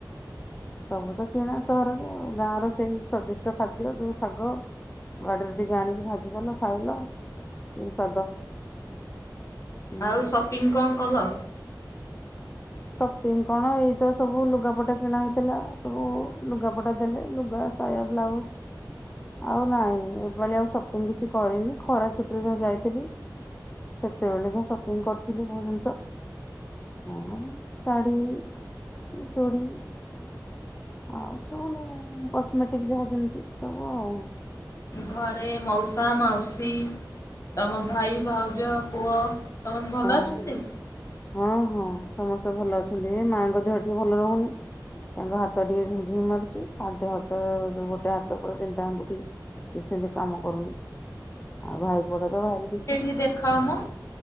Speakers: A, on the left; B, on the left.
A: ସବୁ ତ କିଣା ସହରରେ ଆଉ ଗାଁ ର ସେଇ ସ୍ଵାଦିଷ୍ଟ ଖାଦ୍ୟ ଯୋଉ ଶାଗ ବାଡିରୁ ଟିକେ ଆଣିକି ଭାଜିଦେଲ ଖାଇଲ କିସ୍ଵାଦ <inaudible>
B: ଆଉ ସପିଙ୍ଗ କଣ କଲ
A: ସପିଙ୍ଗ କଣ ଏଇତ ସବୁ ଲୁଗାପଟା କିଣା ହେଇଥିଲା ସବୁ ଲୁଗାପଟା ଦେଲେ ଲୁଗା ସାୟା ବ୍ଲାଉଜ୍ ଆଉ ନାଇଁ ଏପାଳି ଆଉ ସପିଂ କିଛି କରିନି ଖରା ଛୁଟିରେ ଯୋଉ ଯାଇଥିଲି ସେତେବେଳେ ଯାହା ସପିଙ୍ଗ୍ କରୁଥିଲି ବହୁ ଜିନିଷ ହଁ ଶାଢ଼ୀ ଚୁଡ଼ି ଆଉ ସବୁ ଅଲଗା କସ୍ମେଟିକ୍ ଯାହା ଯେମିତି ସବୁ ଆଉ
B: ଘରେ ମଉସା ମାଉସୀ ତମ ଭାଇ ଭାଉଜ ପୁଅ ସମତେ ଭଲ
A: ହଁ
B: ଅଛନ୍ତି
A: ହଁ ହଁ ସମସ୍ତେ ଭଲ ଅଛନ୍ତି ଏ ମାଙ୍କ ଦେହ ଟିକେ ଭଲ ରହୁନି। ତାଙ୍କ ହାତ ଟିକେ ଝିମି ଝିମି ମାରୁଛି ପାଦେ ହାତ ଯୋଉ ଗୋଟେ ହାତ <unintelligible> ତିନି ଟା ଆଙ୍ଗୁଟି କିଛିବି କାମ କରୁନି ଆଉ ଭାଇ ପୁଅ ଟା ତ ଭାରି ଦୁଷ୍ଟ।
B: କି ଦେଖାଅମ।